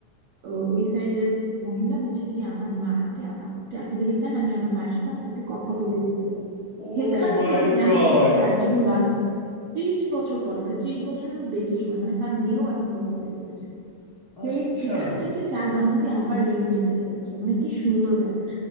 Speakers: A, on the right; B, on the left.
A: ও- ওই সাইডের মহিলা হচ্ছে গিয়ে আমার মা আন্টি আন্টি, আপনি যদি চান আমি আমার মায়ের সাথে আপনাকে কথা বলিয়ে দিতে পারি
B: ও
A: সেখান
B: মাই
A: থেকে জানো
B: গড
A: তুমি চারজন বান ত্রিশ বছর পরে মানে ত্রিশ বছরেরও বেশি সময় মানে তার মেয়েও এখন বড় হয়ে গেছে
B: আচ্ছা
A: এই সেখান থেকে চার বান্ধবী আবার রিউনাইটেড হয়েছে মানে কি সুন্দর ব্যাপার